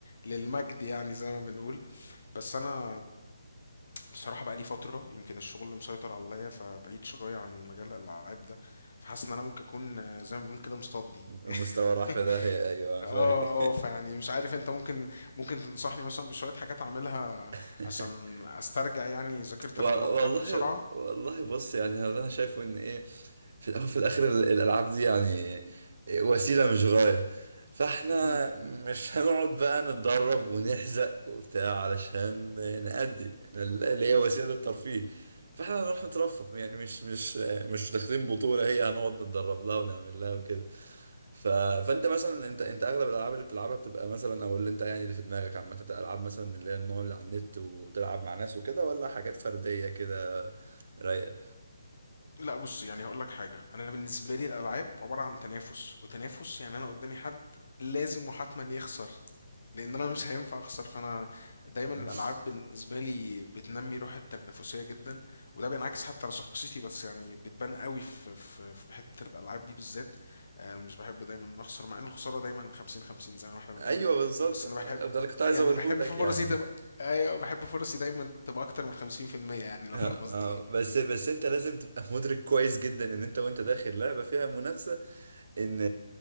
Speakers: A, on the left; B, on the right.
A: للمجد يعني زي ما بنقول بس أنا بصراحة بقى لي فترة يمكن الشغل مسيطر عليا فبعيد شوية عن مجال الألعاب ده فحاسس إن أنا ممكن أكون آه، زي ما بنقول كده مصدي <laughs>
B: المستوى راح في داهية ايوه
A: اه
B: فاهم
A: اه فيعني مش عارف انت ممكن ممكن تنصحني مثلا بشوية حاجات اعملها
B: <laughs>
A: عشان استرجع يعني ذاكرة
B: و-
A: العضلات
B: والله
A: بتاعتي بسرعة
B: والله بص يعني هذا انا شايفه ان ايه في الاول وفي الاخر ال- الالعاب دي يعني وسيله مش غايه فاحنا
A: امم
B: مش هنقعد بقى نتدرب ونحزق وبتاع علشان نأدي احنا اللي هي وسيله الترفيه فاحنا هنروح نترفه يعني مش مش مش داخلين بطولة هي هنقعد نتدرب لها ونعمل لها وكده ف... فانت مثلا انت انت اغلب الالعاب اللي بتلعبها بتبقى مثلا او اللي انت يعني اللي في دماغك عامة انت العاب مثلا من اللي هي النوع اللي على النت وتلعب مع ناس وكده ولا حاجات فردية كده رايقة
A: لا بص يعني هقول لك حاجة انا بالنسبة لي الالعاب عبارة عن تنافس وتنافس يعني انا قدامي حد لازم وحتما يخسر لان انا مش هينفع اخسر فانا دايما
B: <laughs>
A: الالعاب بالنسبه لي بتنمي روح التنافسيه جدا وده بينعكس حتى على شخصيتي بس يعني بتبان قوي في في في حته الالعاب دي بالذات آه، مش بحب دايما اخسر مع ان الخساره دايما 50 50 زي ما احنا بنقول
B: ايوه بالظبط
A: بس انا بحب
B: ده اللي كنت عايز
A: يعني
B: اقوله
A: بحب
B: لك
A: فرصي
B: يعني
A: تبقى ايوه بحب فرصي دايما تبقى اكتر من 50% يعني لو
B: آه،
A: فاهم قصدي
B: آه،
A: ايه
B: بس بس انت لازم تبقى مدرك كويس جدا ان انت وانت داخل لعبة فيها منافسة ان